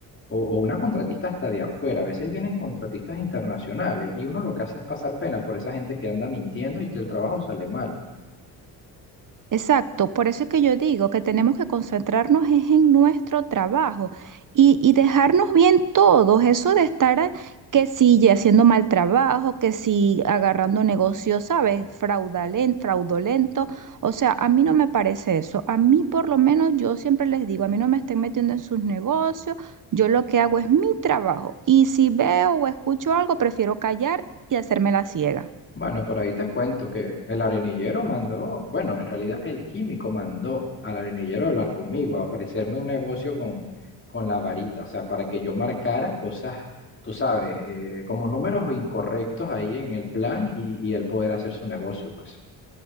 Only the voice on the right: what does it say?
Exacto, por eso es que yo digo que tenemos que concentrarnos es en nuestro trabajo y, y dejarnos bien todos, eso de estar a- que si ya haciendo mal trabajo, que si agarrando negocios, ¿sabes? Fraudalen- fraudulento, o sea, a mí no me parece eso, a mí por lo menos yo siempre les digo, a mí no me estén metiendo en sus negocios, yo lo que hago es mi trabajo y si veo o escucho algo, prefiero callar y hacerme la ciega.